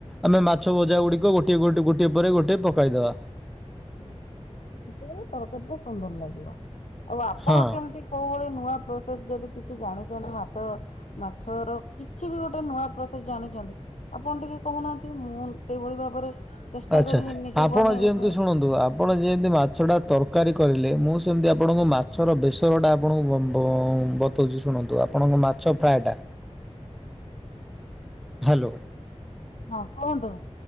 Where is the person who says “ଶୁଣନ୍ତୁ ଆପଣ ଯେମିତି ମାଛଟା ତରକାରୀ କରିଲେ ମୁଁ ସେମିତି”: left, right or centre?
Centre